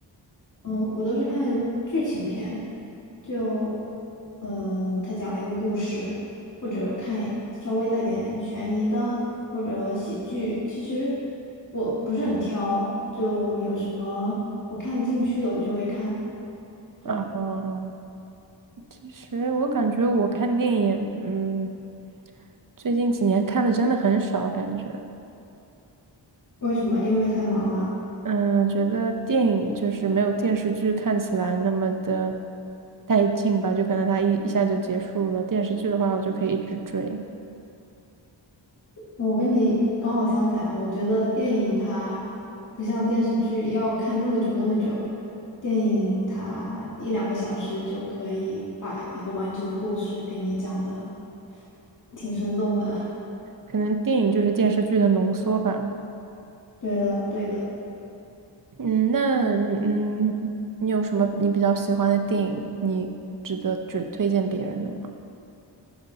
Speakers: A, on the left; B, on the right.
A: 嗯，我都是看剧情片，就，嗯、呃他讲了一个故事，或者看稍微带点悬疑的，或者喜剧。其实我不是很挑，就有什么我看进去的我就会看。对，
B: 啊，其实我感觉我看电影也嗯，最近几年看的真的很少，感觉，
A: 为什么？因为太忙了。
B: 嗯，觉得电影就是没有电视剧看起来那么的带劲吧，就可能它一一下就结束了，电视剧的话我就可以一直追。
A: 我跟你刚好相反啊，我觉得电影它不像电视剧要看那么久那么久，电影它一两个小时就可以把一个完整的故事给你讲的挺生动的。
B: 可能电影就是电视剧的浓缩版吧。
A: <laughs> 对的，对的，
B: 嗯，那嗯，你有什么你比较喜欢的电影，你值得只推荐别人的吗？